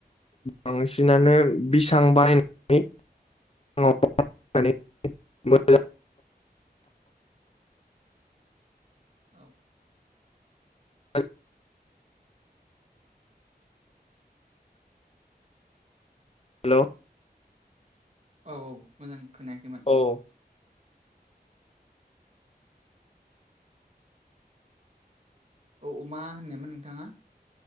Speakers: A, on the left (about 35°); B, on the right (about 40°).
A: बांसिनानो बैसां बानायनानै <unintelligible>
B: औ
A: औ हेल'
B: औ-औ मोजां खोनायाखैमोन
A: औ
B: औ मा होननायमोन नोंथाङा